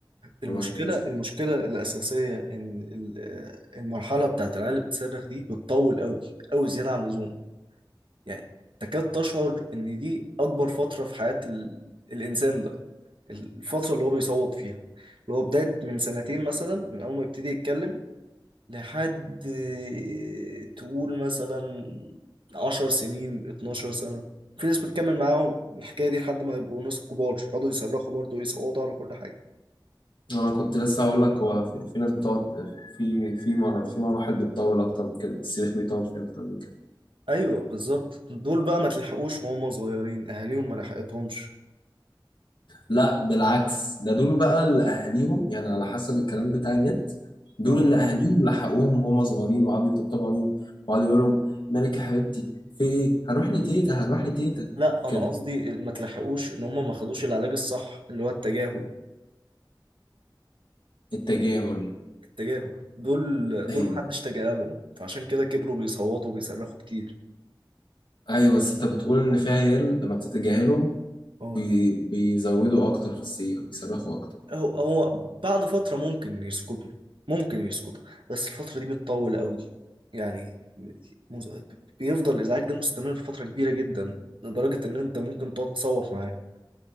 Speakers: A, on the left (about 75°); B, on the right (about 85°).
A: كل
B: المشكله
A: ما يكون لازم
B: المشكله الاساسيه ان ال- المرحله بتاعت العيال اللي بتصرخ دي بتطول قوي قوي زياده عن اللزوم يعني تكاد تشعر ان دي اكبر فترة في حياة ال... الانسان ده الفترة اللي هو بيصوت فيها اللي هو بداية من سنتين مثلا من اول ما يبتدي يتكلم لحد <laughs> تقول مثلا عشر سنين اتناشر سنة في ناس بتكمل معاهم الحكاية دي لحد ما يبقوا ناس كبار يقعدوا يصرخوا برضه ويصوتوا على كل حاجة
A: انا كنت لسه هقول لك هو في, في ناس بتقعد في في مر- في مراحل بتطول اكتر من كده الصريخ بيطول فيها اكتر من كده
B: ايوه بالظبط دول بقى ما تلحقوش وهم صغيرين اهاليهم ما لحقتهمش
A: لا بالعكس ده دول بقى اللي اهاليهم يعني على حسب الكلام بتاع النت دول
B: اه
A: اللي اهاليهم لحقوهم وهم صغيرين وقعدوا يطبطبوا عليهم وقعدوا يقولوا لهم مالك يا حبيبتي في ايه هروح لتيتا هروح لتيتا
B: لا
A: كده
B: انا قصدي ما تلحقوش ان هم ما خدوش العلاج الصح اللي هو التجاهل
A: التجاهل
B: التجاهل دول
A: ايوه
B: دول محدش تجاهلهم فعشان كده كبروا بيصوتوا وبيصرخوا كتير
A: ايوه بس انت بتقول ان في عيال لما بتتجاهلهم
B: اه
A: بي... بيزودوا اكتر في السيخ بيصرخوا اكتر
B: هو هو بعد فترة ممكن يسكتوا ممكن يسكتوا بس الفترة دي بتطول قوي يعني مز... بيفضل الازعاج ده مستمر فترة كبيرة جدا لدرجة ان انت ممكن تقعد تصوت معاه